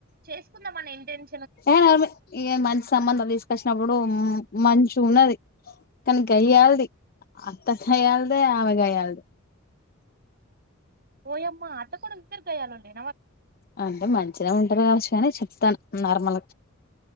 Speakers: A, on the right; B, on the left.
A: చేసుకుందామనే ఇంటెన్
B: ఏహే నోరుమూయ్ ఇగ మంచి సంబంధం తీసుకొచ్చినప్పుడు మంచి ఉన్నది కానీ గయ్యాల్ది అత్త గయ్యాల్దే ఆమె గయ్యాల్దే
A: ఓయమ్మ అత్తకొడళ్ళు ఇద్దరు గయ్యాలోల్లే
B: అంటే మం చిగా ఉంట్రు గావొచ్చు గానీ చెప్తాన్న నార్మల్